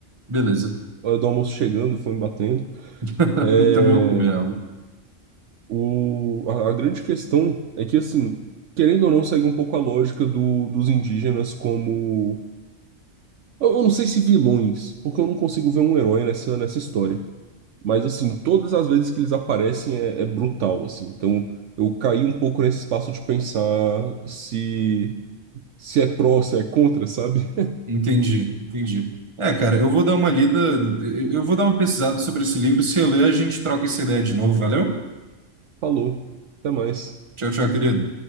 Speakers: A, on the right; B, on the right.
A: Beleza.
B: A hora do almoço chegando, foi me batendo.
A: <laughs>
B: É,
A: Eu também vou comer algo.
B: O... A, a grande questão é que, assim, querendo ou não, segue um pouco a lógica do, dos indígenas como. Eu, eu não sei se vilões, porque eu não consigo ver um herói nessa, nessa história. Mas, assim, todas as vezes que eles aparecem é, é brutal, assim. Então, eu caí um pouco nesse espaço de pensar se. se é pró, se é contra, sabe?
A: Entendi, entendi. É, cara, eu vou dar uma lida, eu eu vou dar uma pesquisada sobre esse livro. Se eu ler, a gente troca essa ideia de novo, valeu?
B: Falou. Até mais.
A: Tchau, tchau, querido.